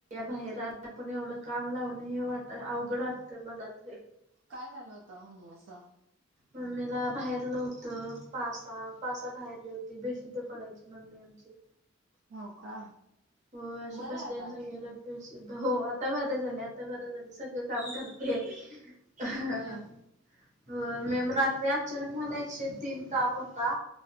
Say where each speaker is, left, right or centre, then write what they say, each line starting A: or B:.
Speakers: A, on the right; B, on the right.
A: बाहेर आल्या, पण एवढं काम लावणं हे वाट अवघड वाटतंय मला तरी.
B: काय झालं होतं म्हणजे असं?
A: मम्मीला बाहेरलं होतं पासा पासा बाहेरली होती, बेशुद्ध पडायची म म्मी आमची.
B: हो का?
A: होय अशी
B: बरं
A: बसलेल्या
B: आहे आता
A: जागेलाच बेशुद्ध हो आता बरं झाले आता बरं झालं सगळ काम करते. ''हां''
B: होय
A: हा, होय मी मी रात्री अचानक मला एकशे तीन ताप होता.